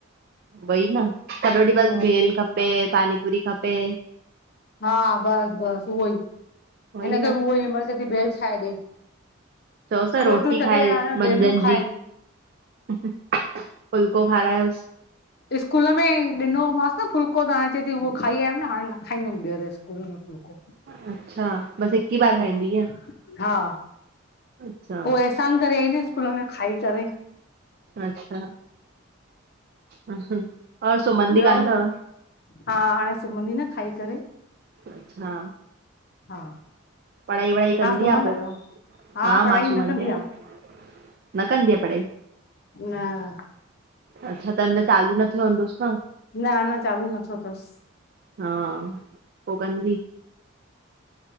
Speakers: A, on the right; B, on the left.
A: वई न, सॼो
B: हम्म
A: ॾिह बस भेल खपें। पानी पुरी खपे।
B: हा! बस, बस उहो ई
A: वई
B: हिन खे
A: न
B: उहो ई बस चयेती भेल ठाहे ॾे।
A: चओस न
B: रोटियूं
A: रोटी
B: छॾे
A: खाए
B: हाणे
A: मंझंज
B: भेलूं खाइनि
A: जी। ह्ह्ह फुल्को खारायोस।
B: स्कूल में ॾिनो हो मास न फुल्को त हाणे चेती उहो खाई आयम न हाणे न। न खाई दम ॿियर स्कूल में फ़ुल्को
A: अच्छा बसि हिक ई बार खाईंदी
B: हम्म!
A: कीअं
B: हा!
A: अच्छा
B: उओ अहसान करे आई न स्कूल में खाई करे।
A: अच्छा ह्हह। और सुमंदी
B: ॿियो
A: कान तव
B: हा! हाणे सुमंदी न खाई करे।
A: अच्छा
B: हा
A: पढ़ाई वढ़ाई कंदी
B: तव्हां सुम्हंदा
A: आ पो,
B: आहियो
A: हा
B: पढ़ाई
A: मां सुमंदी
B: न कंदी
A: आयां न।
B: आ
A: न कंदी आ पढ़ाई।
B: न्!
A: अच्छा त हिनमल चालू न थ्यो हुंदूस न
B: न, अन्ना चालू न थ्यो तस।
A: हा! पो कंदी